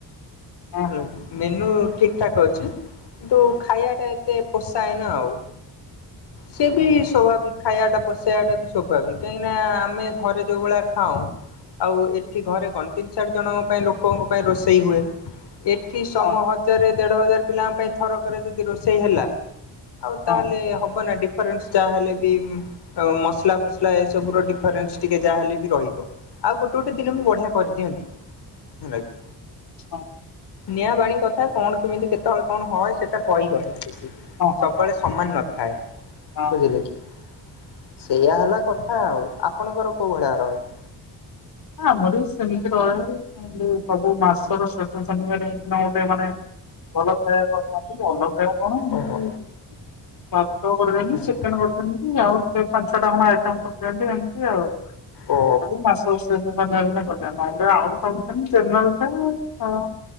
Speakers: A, on the left (about 55°); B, on the left (about 75°).
A: ହଁ
B: ହାଲୋ
A: ହଁ
B: ମେନୁ ଠିକ ଠିକ୍ ଠାକ୍ ଅଛି କିନ୍ତୁ ଖାଇବା ଟା ଏତେ ପୋଷାଏନା ଆଉ। ସେ ବି ସ୍ୱାଭାବିକ୍ ଖାଇବାଟା। ପୋଷେଇବାଟା ବି ସ୍ୱାଭାବିକ, କାହିଁକିନା ଆମେ ଘରେ ଯୋଉ ଭଳିଆ ଖାଉଁ ଆଉ ଏଠି ଘରେ କଣ୍ ତିନି ଚାରି ଜଣଙ୍କ ପାଇଁ ଲୋକଙ୍କ ପାଇଁ ରୋଷେଇ ହୁଏ ଏଠି ସମହ
A: ହଁ
B: ହଜାରେ ଦେଢ଼ ହଜାର ପିଲାଙ୍କ ପାଇଁ ଥରକରେ ଯଦି ରୋଷେଇ ହେଲା ଆଉ ତାହେଲେ
A: ହଁ ହଁ ହଁ
B: <inaudible> ହବ ନା ଡିଫରେନ୍ସ୍ ଯାହା ହେଲେ ବି ଅଁ-ଅଁ ମସଲା ଫସଲା ଏ ସବୁର ଡିଫରେନ୍ସ୍ ଟିକେ ଯାହାହେଲେ ବି ରହିବ। ଆଉ ଗୋଟେ ଗୋଟେ ଦିନ ବି ବଢ଼ିଆ କରିଦିଅନ୍ତି ହେଲା କି।
A: ହଁ।
B: ନିଆଁ‌ ପାଣି କଥା କଣ କେମିତି କେତେବେଳେ କଣ ହଏ ସେଟା କହିି ହଏନି କିଛି
A: ହଁ ହଁ
B: ସବୁବେଳେ
A: ହଁ
B: ସମାନ ନଥାଏ,
A: ହଁ।
B: ବୁଝିଲେ କି? ସେଇଆା ହେଲା କଥା ଆଉ, ଆପଣଙ୍କର କୋଉ ଭଳିଆ ଆହାର <inaudible>
A: ଆମର ବି ସେମିତି ରହେ, ଉଁ-ଉଁ ଯୋଉ ସବୁ ମାସର ଶେଷ ଶନିବାରରେ ଏ ଦିନ ଗୋଟେ ମାନେ ଭଲ ଖାଇବା କରିଥାନ୍ତି ଭଲ ଖାଇବା କଣ ଏମିତି
B: ଓହୋ
A: ଭାତ କରିଦିଅନ୍ତି,
B: ହୁଁ
A: ଚିକେନ୍ କରିଦିଅନ୍ତି ଆଉ ଟିକେ ପାଞ୍ଚ ଛଅଟା ଖଣ୍ଡେ ଆଇଟମ୍ କରିଦିଅନ୍ତି ଏମିତି ଆଉ। ଖାଲି
B: ଓ
A: ମାସ୍ ଶେଷ ଶନିବାର ଦିନ କରିଥାନ୍ତି, ନହେଲେ ଆଉ ସବୁଦିନ ଜେନେରାଲ ଥାଏ ଆଉ।